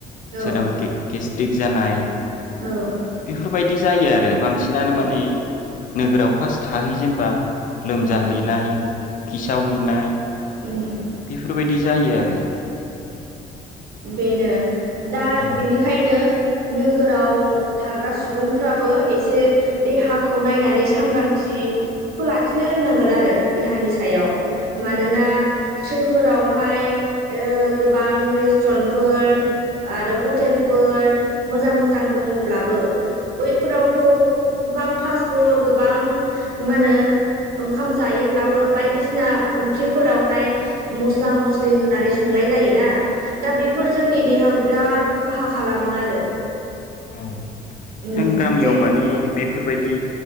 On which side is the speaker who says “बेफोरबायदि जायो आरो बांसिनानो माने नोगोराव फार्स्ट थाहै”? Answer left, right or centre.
Left